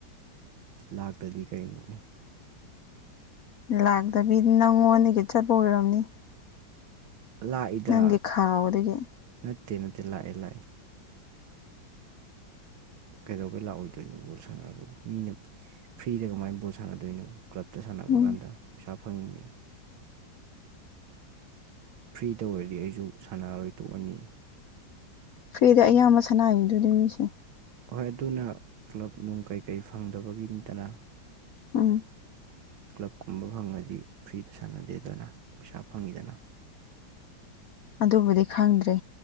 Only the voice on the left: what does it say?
ꯂꯥꯛꯇꯕꯤ ꯅꯪꯉꯣꯟꯗꯒꯤ ꯆꯠꯄ ꯑꯣꯏꯔꯝꯅꯤ
ꯅꯪꯒꯤ ꯈꯥꯎꯗꯒꯤ
ꯎꯝ
ꯐ꯭ꯔꯤꯗ ꯑꯌꯥꯝꯕ ꯁꯅꯥꯔꯤꯗꯨꯗꯤ ꯃꯤꯁꯦ
ꯎꯝ
ꯑꯗꯨꯕꯨꯗꯤ ꯈꯪꯗ꯭ꯔꯦ